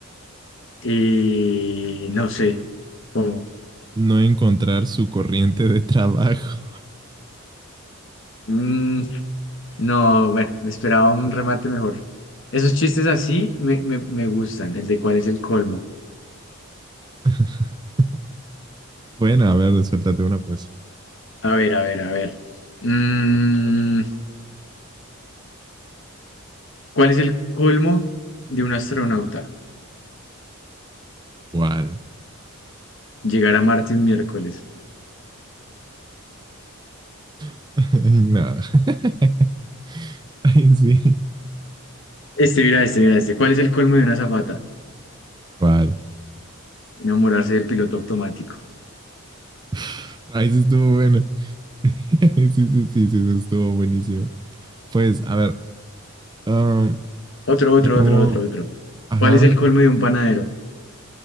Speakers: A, on the left (about 55°); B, on the right (about 20°).
A: eh, no sé, cómo.
B: No encontrar su corriente de trabajo.
A: Mm, no, bueno, me esperaba un remate mejor. Esos chistes así me, me, me gustan, el de cuál es el colmo.
B: <laughs> Bueno, a ver, suéltate una pues.
A: A ver, a ver, a ver. Mm, ¿cuál es el colmo de un astronauta?
B: ¿Cuál?
A: Llegar a Marte un miércoles.
B: <laughs> Ay, no. <laughs> Ay, sí.
A: Este, mira, este, mira, este. ¿Cuál es el colmo de una azafata?
B: <laughs> ¿Cuál?
A: Enamorarse del piloto automático.
B: <laughs> Ay, sí estuvo bueno. <laughs> Sí, sí, sí, sí, sí, estuvo buenísimo. Pues, a ver, um,
A: Otro, otro,
B: ¿cómo?
A: otro, otro, otro.
B: Ajá,
A: ¿Cuál es el colmo de un panadero?